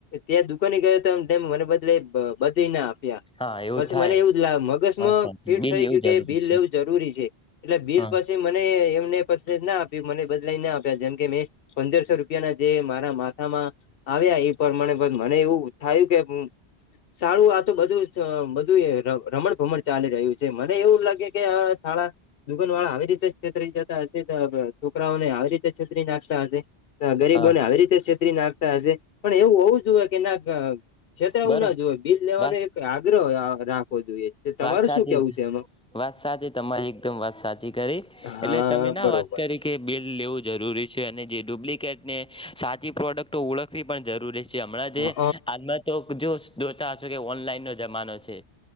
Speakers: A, on the left (about 65°); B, in the centre.
A: ત્યાં દુકાને ગયો હતો તેમ મને બદલે બદલી ના આપ્યા.
B: હા
A: પછી
B: થાય
A: મને એવું જ લા મગજમાં
B: વાત સાચી
A: ફીટ
B: બિલ
A: થઈ
B: એવું
A: ગયું કે
B: જરૂરી
A: બિલ
B: છે
A: લેવું જરૂરી છે એટલે બિલ
B: હા
A: પછી મને એ ના આપ્યું મને બદલાઈ ના આપ્યા જેમ કે મેં પંદરસો રૂપિયા ના જે મારા મા આવ્યા એ પ્રમાણે મને એવું થાયું કે સારું આ તો બધું બધું એ રમણ ભમણ ચાલી રહ્યું છે મને એવું લાગે શાળા ગુગલ વાળા આવી રીતે છેતરી જતા હશે તો છોકરાઓને આવી રીતે છેતરી નાખતા હશે તો ગરીબોને
B: હા
A: આવી રીતે છે. નાખતા હશે પણ એવું હોવું જોએ કે ના. છેતરાવું
B: બરોબર
A: ના જો હોય બિલ લેવાનો
B: વાત
A: એક આગ્રહય. તે તમારું
B: વાત સાચી
A: શું કેવું છે એમાં.
B: વાત સાચી તમારી એકદમ વાત સાચી કરી
A: હા
B: એટલે તમે ના
A: બરોબર
B: વાત કરી કે બિલ લેવું જરૂરી છે. છે અને જે ડુપ્લિકેટને સાચી પ્રોડક્ટો ઓળખવી પણ જરૂરી છે. હમણાં
A: હા
B: જે આમાં તો જો જોતા કે ઓનલાઈન નો જમાનો છે.